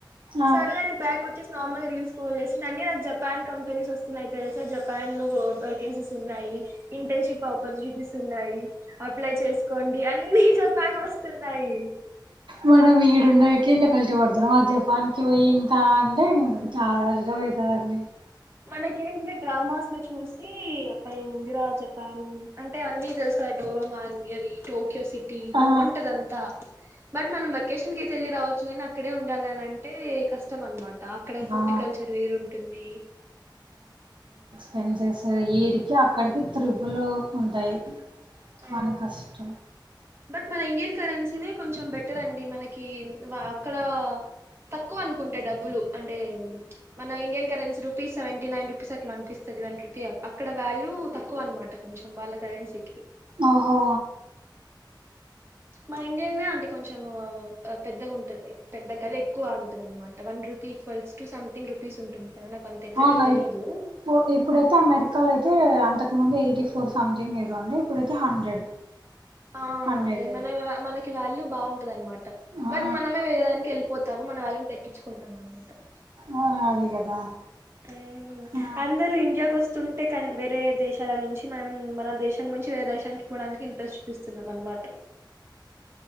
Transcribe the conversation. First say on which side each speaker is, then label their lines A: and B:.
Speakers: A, on the right; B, on the right.
A: ఆ.
B: సర్లే నేను బ్యాక్ వచ్చేసి నార్మల్గా రీల్స్ స్క్రోల్ చేస్తుంటే అన్నీ నాకు జపాన్ కంపెనీస్ వస్తున్నాయి తెలుసా జపాన్ లో వేకెన్సీస్ ఉన్నాయి ఇంటర్న్షిప్ అప్పర్క్యూనిటీస్ ఉన్నాయి అప్లై చేసుకోండి అన్ని జపాన్ వస్తున్నాయి
A: మనం ఈడుండకి ఇంత కష్టం పడుతున్నా ఆ జపాన్ కి పోయి ఇంకా అంటే చాలా రోజులు అవుతుంది <unintelligible>
B: మనకేంటంటే డ్రామాస్ లో చూసి అబ్బాయిఎమ్ ఉందిరా జపాన్ అంటే అన్నిీ తెలుస్త డోర <unintelligible> నా న్వి <unintelligible> టోక్యో సిటీ
A: ఆ
B: బావుంటది అంతా బట్ మనం వెకేషన్ కి ఆయితే వెళ్లి రావచ్చు కాని అక్కడే ఉండాలిని అంటే కష్టం అనమాట అక్కడే ఫుడ్
A: ఆ
B: కల్చర్ వేరు ఉంటుంది
A: వెంచర్స్ ఇడికి అక్కడికి త్రిబులు ఉంటాయి కానీ
B: ఆ
A: కష్టం
B: బట్ మన ఇండియన్ కరెన్సీనే కొంచెం బెటర్ అండి మనకి అక్కడ తక్కువ అనుకుంట డబ్బులు అంటే మన Indian currency rupees seventy nine rupees అట్లా అనిపిస్తది అక్కడ వాల్యూ తక్కువ అనమాట కొంచెం వాళ్ళ కరెన్సీకి
A: ఓహో
B: మా ఇండియే అంటే కొంచెం పెద్దగా ఉంటంది పెద్ద కదా ఎక్కువ అ <unintelligible> మాట one rupee equals to something rupees ఉంటుంది కదా నాకు అంత ఎగ్జాక్ట్
A: అవునా
B: గా తెలీదు
A: ఇ ఇప్పుడైతే అమెరికాలో అయితే అంత ముందు ఎయిటీ ఫోర్ సంథింగ్ ఎదో అంటే ఇప్పుడైతే హండ్రెడ్
B: ఆ
A: హండ్రెడ్
B: అదే మన మనకి వాల్యూ బాగుంటది అనమాట
A: ఆ
B: బట్ మనమే ఏదానికి వెళ్ళిపోతు మనంళ్ళని తగ్గించుకుంటాం అన్నమాట <unintelligible>
A: ఆ అదే కదా
B: ఉం
A: ఆ
B: అందరు ఇండియాకు వస్తుంటే కానీ వేరే దేశాల నుంచి మనం మన దేశం నుంచి వేరే దేశానికి పోడానికి ఇంట్రెస్ట్ చూపిస్తున్నాం అన్నమాట